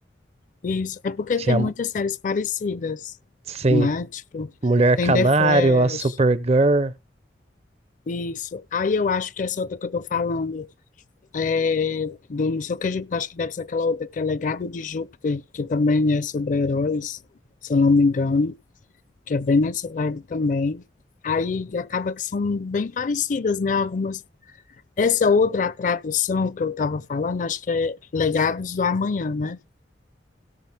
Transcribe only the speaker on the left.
Isso, é porque
tem muitas séries parecidas,
né? Tipo,
tem
The Flash,
isso. Aí eu acho que essa outra que eu tô falando, é do não sei o que, Júpiter, acho que deve ser aquela outra que é Legado de Júpiter, que também é sobre heróis, se eu não me engano, que é bem nessa vibe também. Aí acaba que são bem parecidas, né? Algumas Essa outra tradução que eu estava falando, acho que é Legados do Amanhã, né?